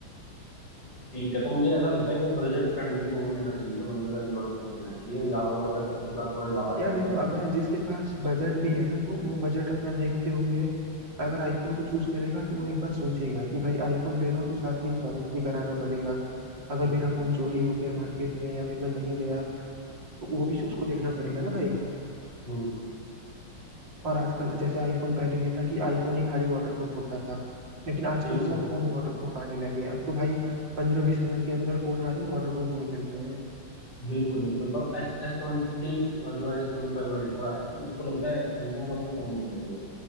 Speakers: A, on the left; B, on the right.
A: ठीक है तो मुझे ऐसा लगता है कि अगर बजट फ्रेंडली फोन लेना चाहिए तो बंदे को एंड्रॉयड फोन लेना चाहिए या और अगर उसके पास थोड़े ज्यादा
B: यार
A: पैसे
B: देखो
A: हैं
B: अगर जिसके पास बजट भी है ना तो वो बजट अपना देखते हुए अगर आईफोन को चूज करेगा तो वो एक बार सोचेगा कि भाई आईफोन ले रहा हूँ तो साथ में इंश्योरेंस भी कराना पड़ेगा अगर
A: हम्म
B: मेरा फोन चोरी हो गया मार्केट में या फिर मैं कहीं गया तो वो भी उसको देखना पड़ेगा ना भाई
A: हम्म
B: और आजकल जैसे आईफोन पहले ये था कि आईफोन ही खाली वाटरप्रूफ होता था लेकिन आजकल
A: बिल्कुल
B: सब फोन वाटरप्रूफ आने लगे हैं अब तो भाई पंद्रह बीस हजार के अंदर फोन आ रहे हैं वाटरप्रूफ निकल रहे हैं
A: बिल्कुल बिल्कुल पर एस एस ट्वेंटी जो है एस ट्वेंटी फाइव अल्ट्रा है मेरे को लगता है सैमसंग का वो फोन बहुत बढ़िया है